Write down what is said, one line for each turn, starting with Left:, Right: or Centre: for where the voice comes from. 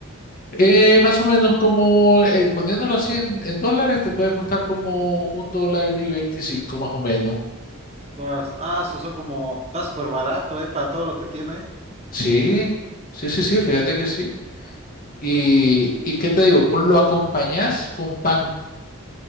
Left: eh, más o menos como, eh, poniéndolo así en, en dólares, te puede costar como un dólar y 25 más o menos.
Right: Las- ah, su- son como, está súper barato, eh, para todo lo que tiene,
Left: Sí, sí, sí, sí, fíjate que sí. Y, y qué te digo, con, lo acompañás con pan.